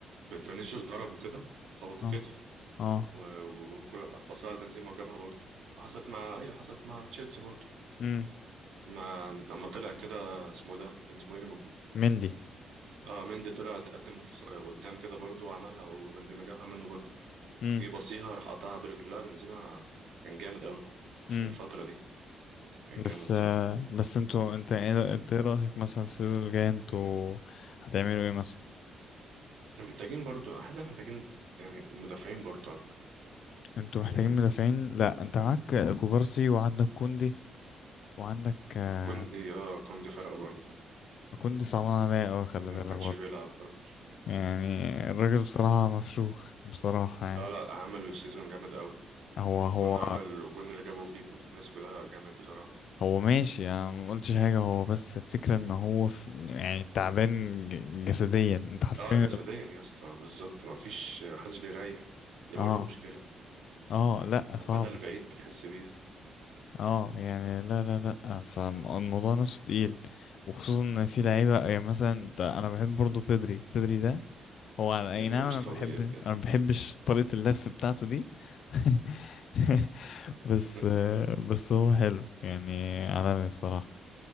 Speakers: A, on the right; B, on the left.
A: فينيسيوس ضرب وكده خبطه
B: اه
A: كتف
B: اه
A: و- وكل راح بصها لبنزيما وجابها برضه وحصلت مع ايوه حصلت مع تشيلسي برضه
B: امم
A: ما لما طلع كده اسمه ده كان اسمه ايه اللي موجود
B: مندي
A: اه مندي طلع اتقدم بخ- قدام كده برضه وعملها وبنزيما جابها منه برضه
B: امم
A: جه بصيها راح قطعها برجله لا بنزيما كان جامد قوي في
B: امم
A: الفترة دي كان
B: بس
A: جامد بصراحة
B: آه بس انتوا انت ايه انت ايه رأيك مثلا في السيزون الجاي انتوا هتعملوا ايه مثلا
A: احنا محتاجين برضه حاسس إن إحنا محتاجين يعني مدافعين برضه على فكرة
B: انتوا
A: يعني
B: محتاجين مدافعين لا انت معاك كوبارسي وعندك كوندي وعندك آه
A: كوندي اه كوندي فرق برضه
B: كوندي صعبان عليا اوي خلي
A: كوندي
B: بالك
A: ما كانش
B: برضه
A: بيلعب برضه
B: يعني الراجل بصراحة مفشوخ بصراحة يعني
A: لا لا عامل سيزون جامد قوي
B: هو
A: والجون
B: هو
A: عمل الجون اللي جابه فيكم في الكلاسيكو ده جامد بصراحة
B: هو ماشي انا ما قلتش حاجه هو بس الفكره ان هو في يعني تعبان ج- جسديا انت حرفيا
A: اه جسديا يا اسطى بالظبط ما فيش حدش بيريح دي برضه
B: اه
A: مشكلة
B: اه لا صعبه
A: على المدى البعيد بتحس بيها
B: اه يعني لا لا لا فالموضوع نفسه تقيل وخصوصا ان في لعيبه يعني مثلا انت- انا بحب برضو بيدري بيدري ده هو على
A: مدري
B: اي نعم
A: مش
B: انا
A: طبيعي
B: بحب
A: بجد
B: انا ما بحبش طريقه اللف بتاعته دي <laughs> بس
A: <laughs>
B: بس هو حلو يعني عالمي بصراحه